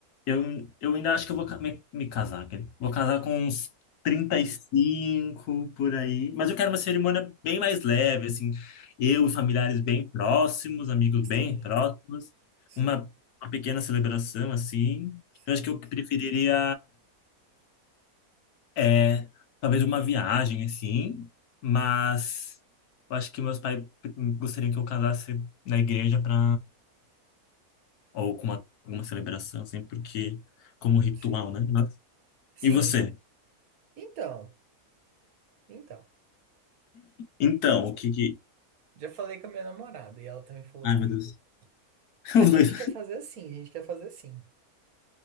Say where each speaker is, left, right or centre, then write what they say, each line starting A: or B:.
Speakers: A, on the left (about 85°); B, on the right (about 70°).
A: Eu, eu ainda acho que eu vou ca- me, me casar, quer dizer, Vou casar com uns 35 por aí. Mas eu quero uma cerimônia bem mais leve, assim. Eu e familiares bem próximos, amigos bem
B: Sim,
A: próximos.
B: sim,
A: Uma, uma pequena celebração, assim.
B: sim,
A: Eu acho que eu preferiria, é, talvez uma viagem, assim. Mas eu acho que meus pais gostariam que eu casasse na igreja para, ou com uma, alguma celebração, assim, porque como ritual,
B: sim,
A: né? Mas-
B: sim.
A: E você?
B: Então, então.
A: Então, o que que...
B: Já falei com a minha namorada e ela também falou
A: Ai,
B: comigo.
A: meu Deus. <laughs> Os
B: A gente
A: dois.
B: quer fazer assim, a gente quer fazer assim.